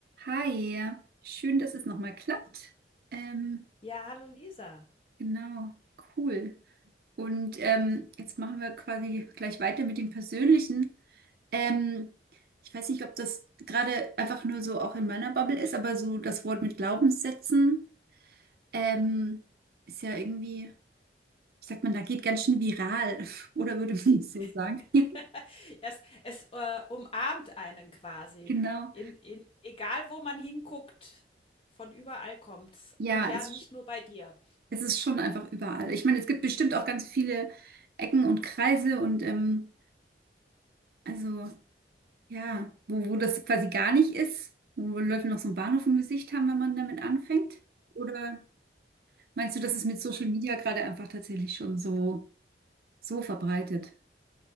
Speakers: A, on the right; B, on the left.
A: Hi, schön, dass es nochmal klappt. Ähm,
B: Ja, hallo Lisa.
A: genau, cool. Und ähm, jetzt machen wir quasi gleich weiter mit dem Persönlichen. Ähm, ich weiß nicht, ob das gerade einfach nur so auch in meiner Bubble ist, aber so das Wort mit Glaubenssätzen ähm, ist ja irgendwie, wie sagt man, da geht ganz schön viral, <laughs> oder würde man so sagen?
B: <laughs>
A: <laughs>
B: Es es, äh, umarmt einen quasi.
A: Genau.
B: In in egal wo man hinguckt, von überall kommt's.
A: Ja,
B: Und ja,
A: es,
B: nicht nur bei dir.
A: es ist schon einfach überall. Ich meine, es gibt bestimmt auch ganz viele Ecken und Kreise und ähm, also. Ja, wo, wo das quasi gar nicht ist, wo Leute noch so einen Bahnhof im Gesicht haben, wenn man damit anfängt? Oder meinst du, das ist mit Social Media gerade einfach tatsächlich schon so, so verbreitet?